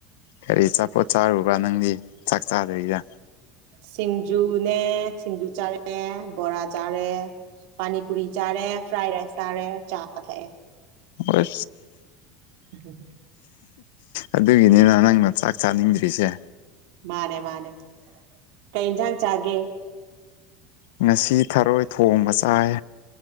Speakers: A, on the left (about 75°); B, on the right (about 70°).
A: ꯀꯔꯤ ꯑꯆꯥꯄꯣꯠ ꯆꯥꯔꯨꯕ꯭ꯔꯥ ꯅꯪꯗꯤ ꯆꯥꯛ ꯆꯥꯗꯔꯤꯗ
B: ꯁꯤꯡꯖꯨꯅꯦ ꯁꯤꯡꯖꯨ ꯆꯥꯔꯦ ꯕꯣꯔꯥ ꯆꯥꯔꯦ ꯄꯥꯅꯤꯄꯨꯔꯤ ꯆꯥꯔꯦ ꯐ꯭ꯔꯥꯏ ꯔꯥꯏꯁ ꯆꯥꯔꯦ ꯆꯥ ꯊꯛꯑꯦ
A: ꯑ
B: ꯎ
A: ꯑꯗꯨꯒꯤꯅꯤꯅ ꯅꯪꯅ ꯆꯥꯛ ꯆꯥꯅꯤꯡꯗ꯭ꯔꯤꯁꯦ
B: ꯃꯥꯅꯦ ꯃꯥꯅꯦ ꯀ ꯏꯟꯖꯥꯡ ꯆꯥꯒꯦ
A: ꯉꯁꯤ ꯊꯔꯣꯏ ꯊꯣꯡꯕ ꯆꯥꯏ